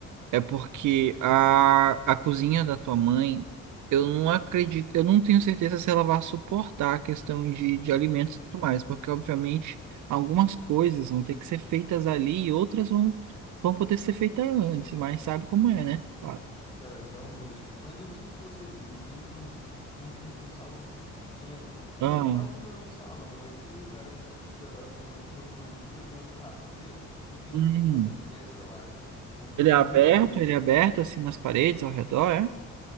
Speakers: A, on the right (about 75°); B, on the left (about 15°).
A: É porque a, a cozinha da tua mãe, eu não acredito, eu não tenho certeza se ela vai suportar a questão de, de alimentos e tudo mais, porque obviamente algumas coisas vão ter que ser feitas ali e outras vão, vão poder ser feitas antes, mas sabe como é, né? Claro.
B: Cara, realmente. Mas eu não sei se você viu, tem tem um salãozinho pequeno. Não-
A: Ah,
B: quase não é um salão, mas tem um lugar onde fica uma, uma cobertura com uma churrasqueira e tem
A: hum.
B: um fogão de festa lá, cara. É um fogão
A: Ele é aberto,
B: muito grande.
A: ele é aberto assim nas paredes ao redor, é?